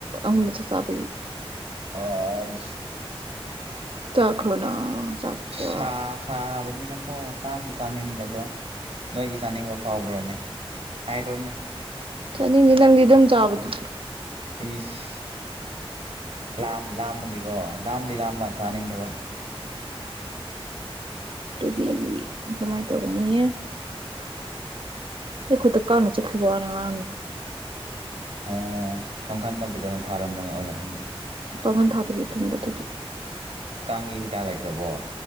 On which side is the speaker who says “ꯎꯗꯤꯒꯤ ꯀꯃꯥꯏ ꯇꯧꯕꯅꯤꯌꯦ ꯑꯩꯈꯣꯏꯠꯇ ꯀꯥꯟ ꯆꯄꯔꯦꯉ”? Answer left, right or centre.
Right